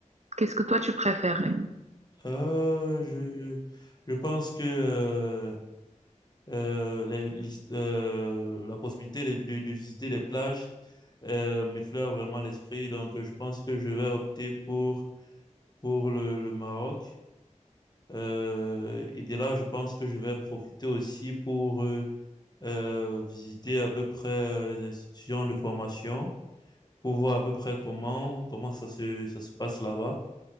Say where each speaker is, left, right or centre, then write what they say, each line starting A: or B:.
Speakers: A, on the right (about 60°); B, on the left (about 30°).
A: Qu'est-ce que toi, tu préférerais?
B: Euh, je, je pense que euh, euh, les- l'hist- euh, la possibilité de, de- de visiter les plages euh, m'effleure vraiment l'esprit. Donc, euh, je pense que je vais opter pour, pour le, le Maroc. Euh, et de là, je pense que je vais profiter aussi pour euh, euh, visiter à peu près euh, les institutions de formation pour voir à peu près comment, comment ça se, ça se passe là-bas.